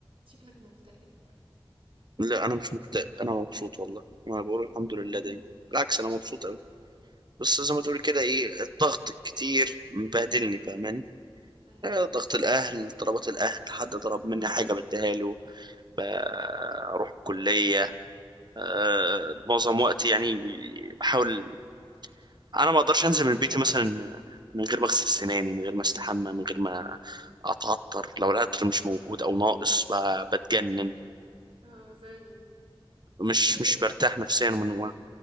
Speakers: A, on the right; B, on the right.
A: شكلك مكتئب؟
B: لا انا مش مكتئب انا مبسوط والله انا بقول الحمد لله دايما بالعكس انا مبسوط قوي بس زي ما تقول كده ايه الضغط الكتير مبهدلني فاهماني
A: أيوه.
B: آه، ضغط الاهل طلبات الاهل حد طلب مني حاجه بديها له آه، اروح الكليه آه،
A: إمم.
B: معظم وقتي يعني بحاول انا ما اقدرش انزل من بيتي مثلا من غير ما اغسل سناني من غير ما استحمى من غير ما اتعطر لو العطر مش موجود او ناقص ب- بتجنن
A: آه زيي،
B: مش
A: زيي
B: مش
A: بجد.
B: برتاح نفسيا من وانا-